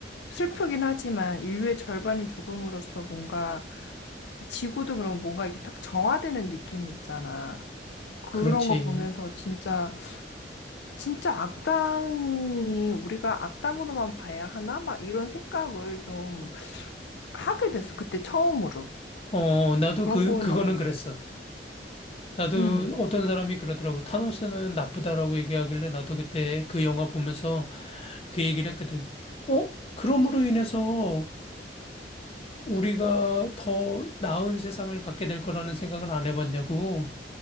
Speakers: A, on the left; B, on the left.
A: 슬프긴 하지만 인류의 절반이 죽음으로써 뭔가 지구도 그럼 뭔가 이렇게 딱 정화되는 느낌이 있잖아. 그런
B: 그렇지.
A: 거 보면서 진짜 진짜 악당이 우리가 악당으로만 봐야 하나? 막 이런 생각을 좀 하게 됐어. 그때 처음으로.
B: 어, 나도
A: 그런
B: 그,
A: 거는
B: 그거는 그랬어. 나도
A: 음.
B: 어떤 사람이 그러더라고. 타노스는 나쁘다라고 얘기하길래 나도 그때 그 영화 보면서 그 얘기를 했거든. 어? 그럼으로 인해서 우리가 더 나은 세상을 갖게 될 거라는 생각을 안 해봤냐고.